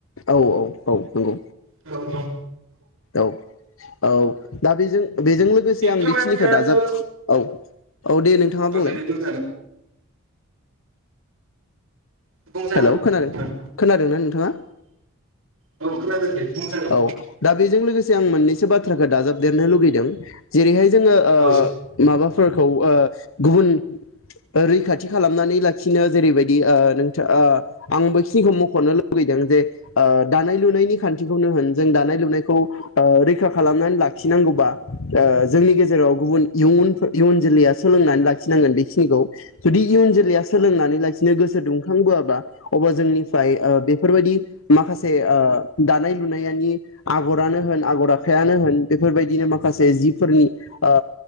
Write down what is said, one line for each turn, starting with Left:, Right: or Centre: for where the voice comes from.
Left: औ औ औ नंगौ
Right: औ नंगौ
Left: औ औ दा बेजों बेजों लोगोसे आं
Right: खामानियाथ'
Left: बेखिनिखौ दाजाब
Right: औ
Left: औ औ दे नोंथाङा बुंलाय
Right: दे दे बुंजागोन बुंजागोन
Left: हेलौ खोनादों
Right: नोंथां
Left: खोनादोंना नोंथाङा?
Right: औ खोनादों दे बुंजागोन
Left: औ दा बि- बेजों लोगोसे आं मोननैसो बाथ- बाथ्राखौ दाजाबदेरनो लुुबैदों जेरैहाय जोङो ओ
Right: औ
Left: माबाफोरखौ ओ गुबुन रैखाथि खालामनानै लाखिनो जेरैबायदि ओ‌ नोंथाङ ओ आं बैखिनिखौ मख'नो लुुबैदों जे ओ दानाय लुनायनि खान्थि खौनो होन जों दानाय लुनायखौ ओ रैखा खालामनानै लाखिनांगौबा ओ जोंनि गेजेराव गुबुन इयुनफो इयुन जोलैया सोलोंनानै लाखिनांगोन बेखिनिखौ जुदि इयुन जोलैया सोलोंनानै लाखिनो गोसो दुंखांबोआबा अब्ला जोंनि- फ्राइ ओ‌ बेफोरबायदि- माखासे ओ दानाय लुनायनि आगरानो होन आगर आखायानो होन बेफोरबायदिनो माखासे जिफोरनि ओ